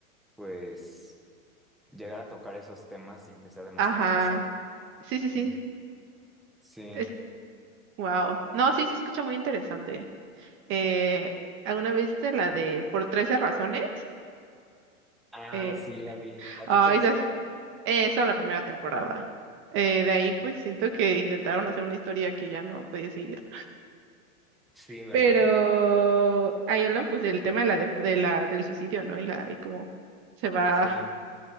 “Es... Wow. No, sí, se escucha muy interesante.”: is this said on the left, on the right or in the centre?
Right